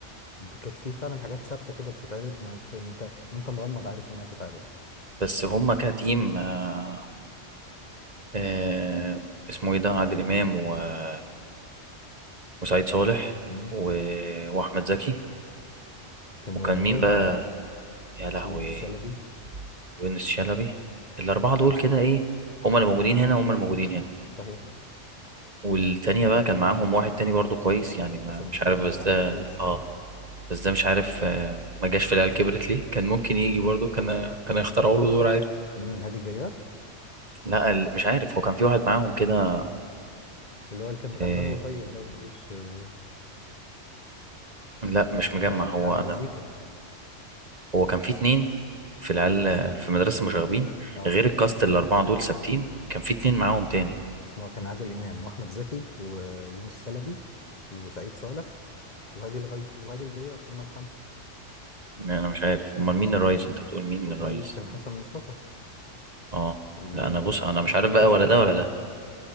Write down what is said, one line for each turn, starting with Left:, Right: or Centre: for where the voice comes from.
Left: كانت في فعلا حاجات ثابتة كده بتتعرض ما بت... انت وانت مغمض عارف ان هي هتتعرض
Right: بس هما كتيم آه، آه، اسمه
Left: مم.
Right: ايه ده عادل امام و- وسعيد صالح
Left: مم.
Right: و- واحمد زكي
Left: كانوا
Right: وكان
Left: اللزاز
Right: مين بقى
Left: مع بعض
Right: يا لهوي
Left: ويونس شلبي
Right: يونس شلبي الاربعه دول كده ايه هما اللي موجودين هنا هما اللي موجودين هنا
Left: صحيح
Right: والتانية بقى كان معاهم واحد تاني برضو كويس يعني ما
Left: حسن مصطفى
Right: مش عارف بس
Left: طبعا
Right: ده
Left: الرئيس
Right: اه بس ده مش عارف آه، ما جاش في العيال كبرت ليه كان ممكن يجي برضو كان كان يخترعوا له دور عادي
Left: مين هادي الجيار
Right: لا ال- مش عارف هو كان في واحد معاهم كده
Left: اللي هو اللي كان غلبان
Right: آه،
Left: وطيب ده ومالوش آه،
Right: لا مش مجمع
Left: بتاع ال-
Right: هو
Left: بتاع المزيكا
Right: انا هو كان في اتنين في العيال في مدرسة مشاغبين
Left: اه
Right: غير الكاست الأربعة دول ثابتين كان في اتنين معاهم تاني
Left: ما هو كان عادل امام واحمد زكي ويونس شلبي وسعيد صالح وهادي الغي... وهادي الجيار هما الخمسة
Right: ما أنا مش عارف أمال مين الريس أنت بتقول مين
Left: والرئيس
Right: الريس
Left: كان حسن مصطفى
Right: أه
Left: ال-
Right: لا أنا بص
Left: ال-
Right: أنا
Left: المدرس
Right: مش عارف بقى ولا
Left: أو
Right: ده
Left: الناظر
Right: ولا ده